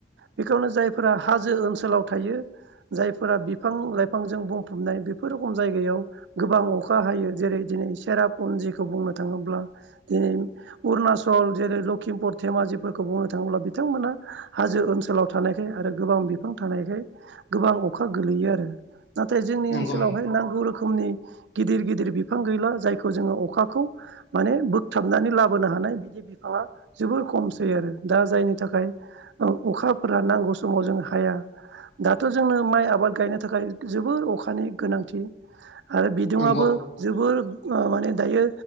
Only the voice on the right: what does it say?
बेखौनो जायफोरा हाजो ओनसोलाव थायो जायफोरा बिफां लाइफांजों बुंफबनाय बेफोर रोखम जायगायाव गोबां अखा हायो जेरै दिनै सेराफ उ बुंनो थाङोब्ला अुणचल जेरै लखिमपुर धेमाज बुंनो थाङोब बिथांमोना हाजो ओनसोलाव थानायखाय आरो गोबां बिफां थानायखाय गोबां अखा गोलैयो आरो नाथाय जोंनि
ओनसोलावहाय
नांगौ रोखोमनि गिदिर गिदिर बिफां गैला जायखौ जोङो अखाखौ माने बोगथाबनानै लाबोनो हानाय बिदिनो बिाङा जोबोर खमसै आरो दा जायनि थाखाय अखाफोरा नांगौ समाव जों ह दाथ' जोंनो माइ आबाद गायनो थाखाय जोबोर अखानि गोनांथि आरो बिदुङआो
जोबोर माने दायो